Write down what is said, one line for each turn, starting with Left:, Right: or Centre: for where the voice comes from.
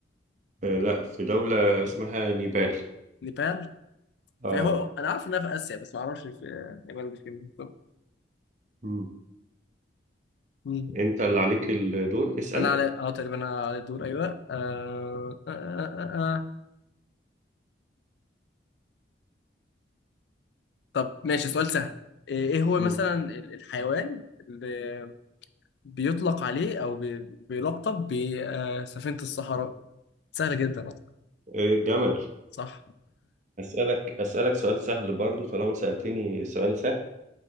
Right: آه، لا في دولة اسمها نيبال
Left: نيبال
Right: اه
Left: في هو انا عارف انها في اسيا بس ما اعرفش في نيبال دي فين بالظبط
Right: مم.
Left: مم.
Right: أنت اللي عليك الدور اسأل
Left: انا على اه تقريبا انا على الدور ايوه آه... آه... آه... آه... آه. طب ماشي سؤال سهل ايه إيه هو
Right: مم.
Left: مثلا ال- الحيوان اللي بيطلق عليه او بي- بيلقب بسفينة الصحراء سهلة جدا أصلاً.
Right: آه، جمل
Left: صح
Right: أسألك أسألك سؤال سهل برضو طالما سألتني سؤال سهل